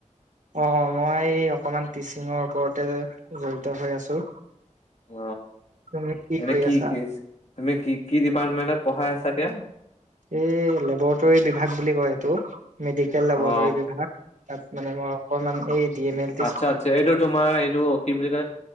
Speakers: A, on the right; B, on the left.
A: অ মই অকমান টিচিঙৰ ওপৰতে জড়িত হৈ আছো
B: অ
A: তুমি
B: এনে
A: কৰি
B: কি
A: আছা
B: কি তুমি কি কি ডিপাৰ্টমেন্টত পঢ়াই আছা এতিয়া
A: এই লেবৰেটৰী বিভাগ বুলি কয় এইটো মেডিকেল লবৰেটৰ
B: অ
A: বিভাগ তাত মানে মই অকমান এম এল টি
B: আচ্ছা আচ্ছা এইটো তোমাৰ এইটো কি বুলি কয়